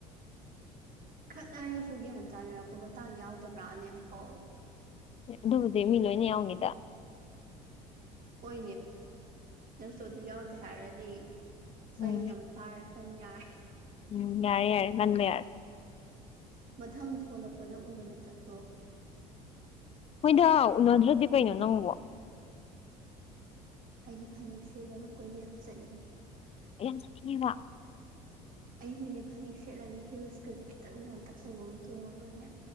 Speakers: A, on the right; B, on the left.
A: ꯈꯠꯅꯔꯁꯨ ꯒ꯭ꯌꯥꯟ ꯇꯥꯅꯔꯛꯄ ꯃꯇꯥꯡ ꯌꯥꯎꯗꯕ꯭ꯔꯥꯅꯦ ꯑꯝꯐꯧ
B: ꯑꯗꯨꯕꯨꯗꯤ ꯃꯤ ꯂꯣꯏ ꯌꯥꯎꯅꯤꯗ
A: ꯍꯣꯏꯅꯦ ꯅꯪꯁꯨ ꯑꯗꯨ ꯌꯥꯎꯗꯦ ꯍꯥꯏꯔꯗꯤ ꯆ
B: ꯎꯝ
A: ꯩ ꯌꯥꯝ ꯄꯥꯔ ꯀꯟ ꯌꯥꯔ
B: ꯎꯝ ꯌꯥꯔꯦ ꯌꯥꯔꯦ ꯅꯪꯅꯦ
A: ꯃꯊꯪ ꯊꯣꯂꯛꯄꯗ ꯎꯅꯕ ꯆꯠꯂꯣ
B: ꯃꯣꯏꯗ ꯎꯅꯗ꯭ꯔꯗꯤ ꯀꯩꯅꯣ ꯅꯪꯕꯣ
A: ꯑꯩꯗꯤ ꯐꯅꯦꯛ ꯁꯦꯠꯂꯒ ꯀꯣꯏꯕ ꯌꯥꯝ ꯆꯠꯅꯤꯡꯉꯤ
B: ꯑꯩ ꯌꯥꯝ ꯆꯥꯅꯤꯡꯉꯦꯕ
A: ꯑꯩꯗꯤꯅꯦ ꯐꯅꯦꯛ ꯁꯦꯠꯂꯒ ꯍꯤꯜꯁꯀꯖꯦ ꯈꯤꯇꯪ ꯉꯝꯇꯛ ꯇꯩꯕ ꯑꯃ ꯇꯣꯡꯉꯒꯅꯦ